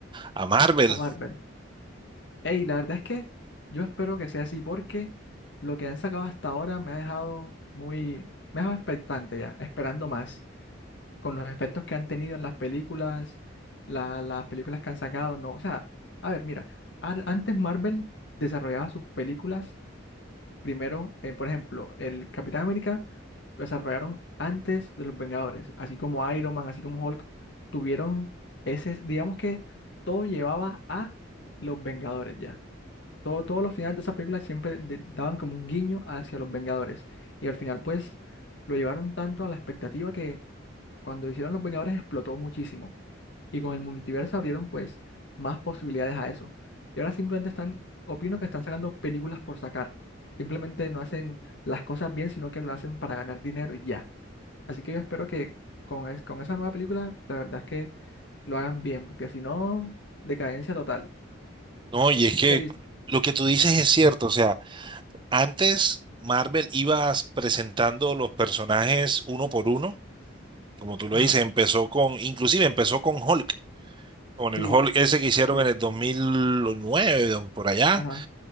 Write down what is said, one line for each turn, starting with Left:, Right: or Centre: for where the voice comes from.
Right: a Marvel.
Left: a Marvel. Ey, la verdad es que yo espero que sea así porque lo que han sacado hasta ahora me ha dejado muy, me ha dejado expectante ya, esperando más, con los efectos que han tenido en las películas, la- las películas que han sacado, no, o sea, a ver, mira, ar- antes Marvel desarrollaba sus películas primero, eh, por ejemplo, el Capitán América lo desarrollaron antes de los Vengadores, así como Iron Man, así como Hulk, tuvieron ese, digamos que todo llevaba a los Vengadores ya. Todo, todos los finales de esa película siempre de- daban como un guiño hacia los Vengadores. Y al final, pues, lo llevaron tanto a la expectativa que cuando hicieron los Vengadores explotó muchísimo. Y con el multiverso abrieron pues más posibilidades a eso. Y ahora simplemente están, opino que están sacando películas por sacar. Simplemente no hacen las cosas bien, sino que lo hacen para ganar dinero y ya. Así que yo espero que con, es- con esa nueva película, la verdad es que lo hagan bien, porque si no, decadencia total.
Right: No, y es
Left: ¿Tú
Right: que
Left: qué dices?
Right: lo que tú dices es cierto, o sea, antes Marvel ibas presentando los personajes uno por uno, como tú lo
Left: Ajá.
Right: dices, empezó con, inclusive empezó con Hulk. con el
Left: Sí,
Right: Hulk ese que hicieron
Left: sí,
Right: en el 2009, don- por allá,
Left: ajá,